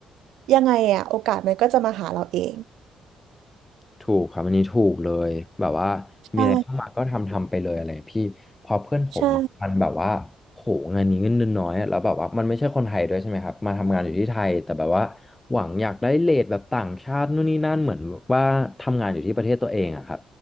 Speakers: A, on the right; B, on the left.
A: ยังไงอะโอกาสมันก็จะมาหาเราเอง
B: ถูกครับอันนี้ถูกเลยแบบว่ามีอะไรเข้ามาก็ทำทำไปเลยอะไรพี่เพอเพื่อนผมมันแบบว่าโหงานนี้เงินเดือนน้อยอะแล้วแบบว่ามันไม่ใช่คนไทยด้วยใช่ไหมครับมาทำงานอยู่ที่ไทยแต่แบบว่าหวังอยากได้เรทแบบต่างชาตินู่นนี่นั่นเหมือนว่าทำงานอยู่ที่ประเทศตัวเองอะครับ
A: ใช่ใช่